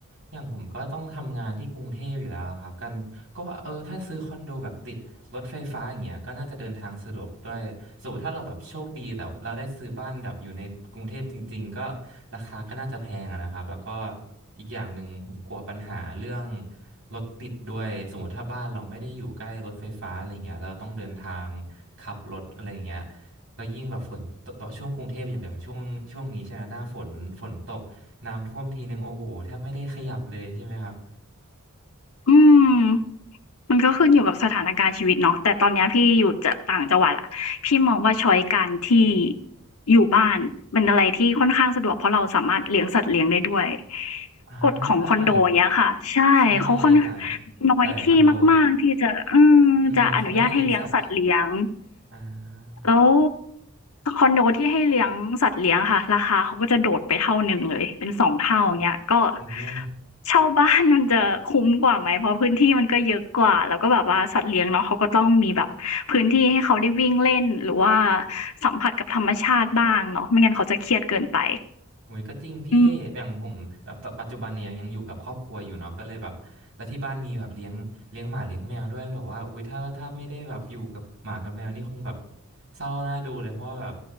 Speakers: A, on the right; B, on the left.
A: อย่างผมก็ต้องทำงานที่กรุงเทพอยู่แล้วครับกันก็ว่าเออถ้าซื้อคอนโดแบบติดรถไฟฟ้าอย่างเงี้ยก็น่าจะเดินทางสะดวกด้วยสมมุติถ้าเราแบบโชคดีแต่เราได้ซื้อบ้านแบบอยู่ในกรุงเทพจริงๆก็ราคาก็น่าจะแพงอะนะครับแล้วก็อีกอย่างหนึ่งผมกลัวปัญหาเรื่องรถติดด้วยสมมติถ้าบ้านเราไม่ได้อยู่ใกล้รถไฟฟ้าอะไรเงี้ยเราต้องเดินทางขับรถอะไรเงี้ยแล้วยิ่งแบบฝนตกต่อช่วงกรุงเทพอย่างอย่างช่วงช่วงนี้ใช่ไหมหน้าฝนฝนตก น้ำท่วมทีหนึ่งโอ้โหแทบไม่ได้ขยับเลยใช่ไหมครับ
B: อืมมันก็ขึ้นอยู่กับสถานการณ์ชีวิตเนาะแต่ตอนเนี้ยพี่อยู่จะต่างจังหวัดอะพี่มองว่าช้อยการที่อยู่บ้านเป็นอะไรที่ค่อนข้างสะดวกเพราะเราสามารถเลี้ยงสัตว์เลี้ยงได้ด้วย
A: อ่า
B: กฎของคอนโดเนี้ยค่ะใช่เขาค่อน
A: ใช่หลาย
B: น้อยที่มากๆที่จะอืมจะอนุญาตให้เลี้ยงสัตว์เลี้ยง
A: หลายหลายคอนโดอืมเขาไม่ให้เลี้ยงสัตว์อ่า
B: แล้วคอนโดที่ให้เลี้ยงสัตว์เลี้ยงค่ะราคาเขาก็จะโดดไปเท่าหนึ่งเลยเป็นสองเท่าอย่างเงี้ยก็
A: อุ้ย
B: เช่าบ้านมันจะคุ้มกว่าไหมเพราะพื้นที่มันก็เยอะกว่าแล้วก็แบบว่าสัตว์เลี้ยงเนาะเขาก็ต้องมีแบบพื้นที่ให้เขาได้วิ่งเล่นหรือว่าสัมผัสกับธรรมชาติบ้างเนาะไม่งั้นเขาจะเครียดเกินไป
A: หุยก็จริงพี่อย่างผมแบบตอนปัจจุบันเนี่ยยังยังอยู่กับครอบครัวอยู่เนาะก็เลยแบบแล้วที่บ้านมีแบบเลี้ยงเลี้ยงหมาเลี้ยงแมวด้วยแบบว่าอุ้ยถ้าถ้าไม่ได้แบบอยู่กับหมากับแมวนี่คงแบบ
B: อืม
A: เศร้าน่าดูเลยเพราะว่าแบบ